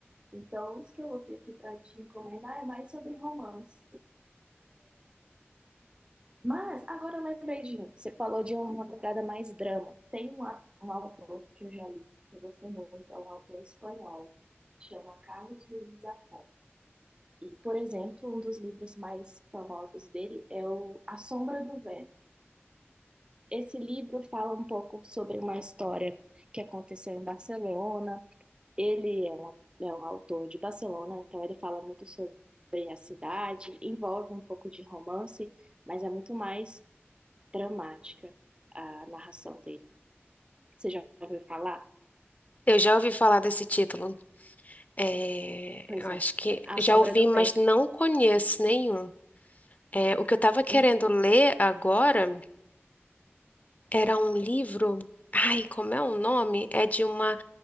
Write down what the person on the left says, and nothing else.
Eu já ouvi falar desse título. É,
eu
acho que
já
ouvi,
mas
não conheço nenhum. É, o que eu estava querendo
ler agora. Era um livro. Ai, como é o nome? É de uma